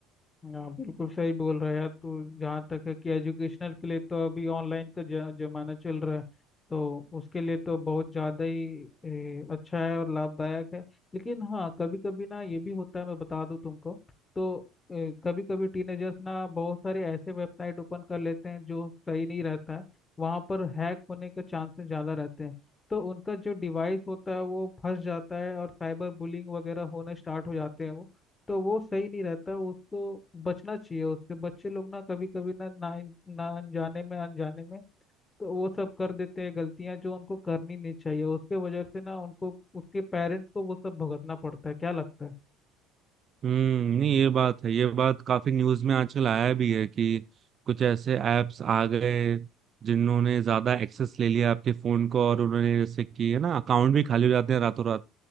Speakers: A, on the left; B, on the right.
A: हाँ बिल्कुल सही बोल रहा है यार तू जहाँ तक है कि एजुकेशनल के लिए तो अभी ऑनलाइन का ज- जमाना चल रहा है तो उसके लिए तो बहुत ज़्यादा ही ए, अच्छा है और लाभदायक है लेकिन हाँ कभी कभी ना ये भी होता है मैं बता दूँ तुमको तो कभी कभी टीनेजर्स ना बहुत सारे ऐसे वेबसाइट ओपन कर लेते हैं जो सही नहीं रहता है वहाँ पर हैक होने के चांसेस ज़्यादा रहते हैं तो उनका जो डिवाइस होता है वो फंस जाता है और साइबर बुलिंग वगैरह होना स्टार्ट हो जाते हैं वो तो वो सही नहीं रहता उसको बचना चाहिए उससे बच्चे लोग ना कभी कभी ना ना ना अनजाने में अनजाने में तो वो सब कर देते हैं गलतियां जो उनको करनी नहीं चाहिए उसके वजह से ना उनको उसके पेरेंट्स को वो सब भुगतना पड़ता है क्या लगता है
B: हम्म नहीं ये बात है ये बात काफी न्यूज में आजकल आया भी है कि कुछ ऐसे एप्स आ गए जिन्होंने ज्यादा एक्सेस ले लिया आपके फोन को और उन्होंने जैसे कि है ना अकाउंट भी खाली हो जाते हैं रातों रात